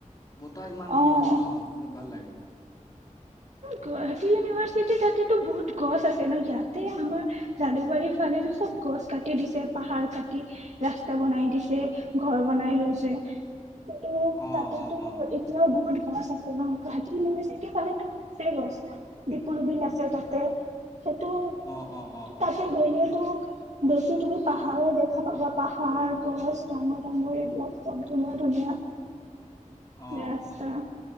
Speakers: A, on the left; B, on the right.
A: বতাহ ইমান
B: অ',
A: দিয়ে থাকে ন ভাল লাগে
B: গুৱাহাটী ইউনিভাৰ্চিটি তাতেতো বহুত গছ আছে ন ইয়াতে আমাৰ জালুকবাৰীত ফালে চব গছ কাটি দিছে পাহাৰ কাটি ৰাস্তা বনাই দিছে ঘৰ বনাই লৈছে কিন্তু
A: অ
B: তাতেতো
A: অ অ
B: এতিয়াও বহুত গচ আছে ন গুৱাহাটীৰ চাই ডে চালে নো গছে গছ দিপৰ বিল নাছে তাতে সেইটো
A: অ অ অ
B: তাতে গল বেছি তুমি পাহাৰে দেখা পাবা পাহাৰ গছ ডাঙৰ ডাঙৰ এইবিলাক চব ধুনীয়া ধুনীয়া
A: অ
B: ৰাস্তা